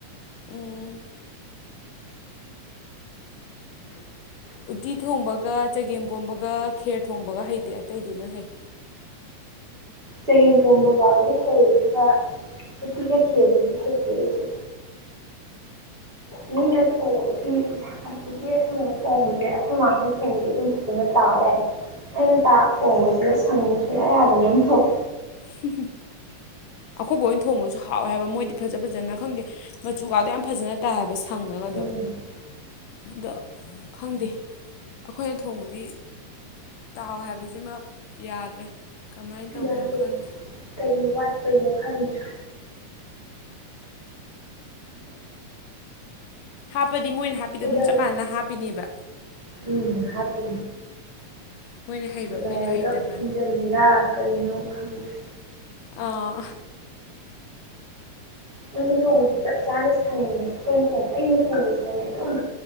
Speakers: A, on the left; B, on the right.
A: ꯎꯝ ꯎꯠꯇꯤ ꯊꯣꯡꯕꯒ ꯆꯒꯦꯝ ꯄꯣꯝꯕꯒ ꯈꯦꯔ ꯊꯣꯡꯕꯒ ꯍꯩꯇꯦ ꯑꯇꯩꯗꯤ ꯂꯣꯏ ꯍꯩ
B: ꯆꯒꯦꯡꯄꯣꯝꯕ ꯐꯥꯎꯗꯤ ꯍꯩꯔꯦꯗꯨ ꯎꯇꯤꯒ ꯊꯦꯜꯗꯨꯗꯤ ꯍꯩꯇꯦ ꯑꯩꯁꯦ ꯃꯤ ꯌꯦ ꯀ ꯑꯗꯨꯗꯤ ꯑꯁꯪꯕ ꯊꯣꯡꯕꯁꯦ ꯑꯩꯈꯣꯏ ꯃꯥꯥꯡꯈꯣꯏ ꯊꯣꯡꯕꯗꯤ ꯑꯗꯨꯝ ꯐꯖꯅ ꯇꯥꯎ ꯌꯥꯏ ꯑꯩꯅ ꯇꯥꯛ ꯍꯣꯡꯕꯁꯤꯗ ꯁꯪꯕꯁꯨ ꯑꯌꯥꯗꯕ ꯑꯃ ꯊꯣꯛꯏ
A: ꯍ ꯍ ꯑꯀꯣꯏꯕ ꯑꯣꯏꯅ ꯊꯣꯡꯕꯁꯨ ꯍꯥꯎꯋꯦ ꯍꯥꯏꯕ ꯃꯣꯏꯗꯤ ꯐꯖ ꯐꯖꯅ ꯈꯪꯗꯦ ꯃꯆꯨ ꯀꯥꯗꯣ ꯌꯥꯝ ꯐꯖꯅ ꯇꯥꯏꯕ ꯁꯪꯉꯒ ꯑꯗꯨꯝ
B: ꯎꯝ
A: ꯑꯗꯣ ꯈꯪꯗꯦ ꯑꯩꯈꯣꯏꯅ ꯊꯣꯡꯕꯗꯤ ꯇꯥꯎ ꯍꯥꯏꯕꯁꯤꯃ ꯌꯥꯗ꯭ꯔꯦ ꯀꯃꯥꯏꯅ ꯇꯧꯕꯅꯣ
B: ꯌꯥꯔꯦ
A: ꯈꯪꯗꯦ
B: ꯀꯅꯤ ꯋꯥꯠꯄꯩꯅꯣ ꯈꯪꯁꯨ
A: ꯍꯥꯞꯄꯗꯤ ꯃꯣꯏꯅ ꯍꯥꯞꯄꯤꯗꯣ
B: ꯀꯩꯗꯧꯔꯦ
A: ꯑꯗꯨꯝ ꯆꯞ ꯃꯥꯟꯅꯅ ꯍꯥꯞꯄꯤꯅꯦꯕ
B: ꯎꯝ ꯍꯥꯄꯤ
A: ꯃꯣꯏꯅ ꯍꯩꯕ
B: ꯀꯗꯥꯏꯋꯥꯏꯒꯞ
A: ꯑꯩꯈꯣꯏꯅ ꯍꯩꯇꯕ
B: ꯍꯦꯟꯖꯤꯜꯂꯤꯔꯥ ꯀꯔꯤꯅꯣ ꯈꯪꯁꯤ
A: ꯑꯥ
B: ꯃꯣꯏꯅ ꯊꯣꯡꯕꯗꯤ ꯆꯞ ꯆꯥꯅ ꯁꯪꯉꯉꯦ ꯑꯩꯈꯣꯏꯅ ꯊꯣꯡꯕ ꯑꯩꯅ ꯊꯣꯡꯕꯁꯤꯅꯅꯦ ꯑꯗꯨꯝ